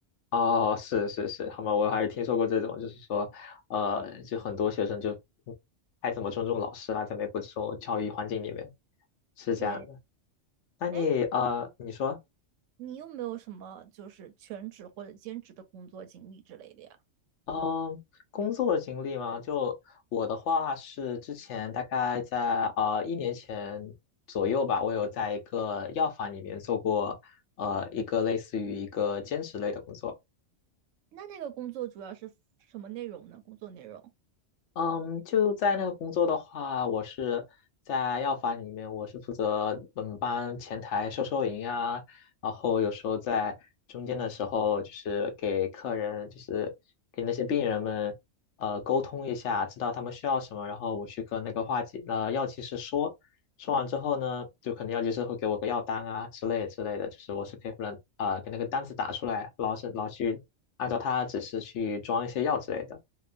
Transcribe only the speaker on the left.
哦，是是是，好吗？我还是听说过这种，就是说呃，就很多学生就不太怎么尊重老师啦，在美国这种教育环境里面是这样的。
那你呃，
你说。
嗯，工作的经历吗？就我的话是之前大概在呃一年前左右吧，我有在一个药房里面做过呃一个类似于一个兼职类的工作。
嗯，就在那个工作的话，我是在药房里面，我是负责嗯班前台收收银啊，然后有时候在中间的时候，就是给客人，就是给那些病人们呃沟通一下，知道他们需要什么，然后我去跟那个化剂呃药剂师说，说完之后呢，就可能药剂师会给我个药单啊之类之类的，就是我是可以不能呃给那个单子打出来，然后是然后去按照他的指示去装一些药之类的。